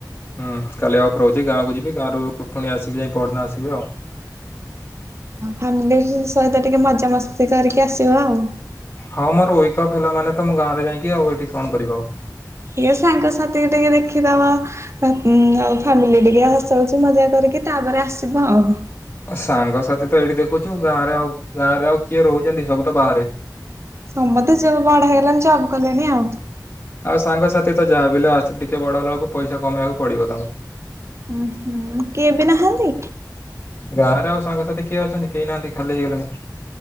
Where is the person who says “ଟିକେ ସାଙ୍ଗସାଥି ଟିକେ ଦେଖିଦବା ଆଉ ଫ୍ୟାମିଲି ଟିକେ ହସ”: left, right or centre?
Right